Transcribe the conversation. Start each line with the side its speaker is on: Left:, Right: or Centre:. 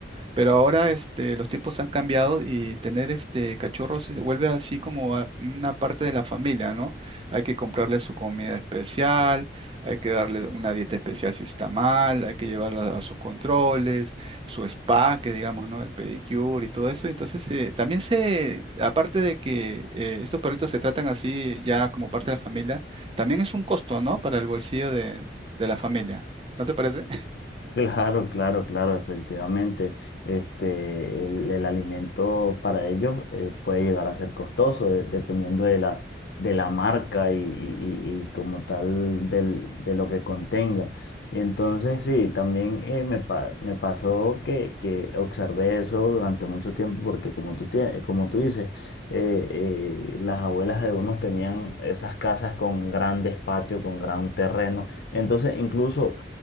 Right: Pero ahora este, los tiempos han cambiado y tener este cachorros se vuelve así como a- una parte de la familia, ¿no? Hay que comprarle su comida especial, hay que darle una dieta especial si está mal, hay que llevarla a sus controles, su spa, que digamos, ¿no? El pedicure y todo eso. Entonces, eh, también se, aparte de que eh, estos perritos se tratan así ya como parte de la familia, también es un costo, ¿no? Para el bolsillo de, de la familia. ¿No te parece?
Left: Claro, claro, claro, efectivamente. Este, el, el alimento para ellos eh, puede llegar a ser costoso de- dependiendo de la, de la marca y, y- y- y como tal del, de lo que contenga. Y entonces sí, también eh, me, pa- me pasó que, que observé eso durante mucho tiempo porque como tú, tie- eh, como tú dices, eh, eh, las abuelas de unos tenían esas casas con grandes patios, con gran terreno. Entonces incluso